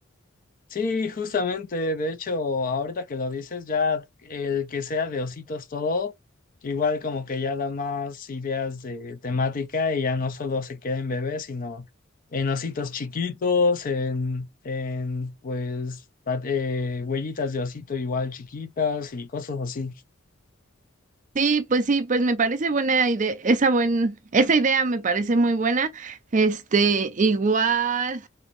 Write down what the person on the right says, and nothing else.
Sí, pues sí, pues me parece buena idea, esa buen, esa idea me parece muy buena. Este, igual,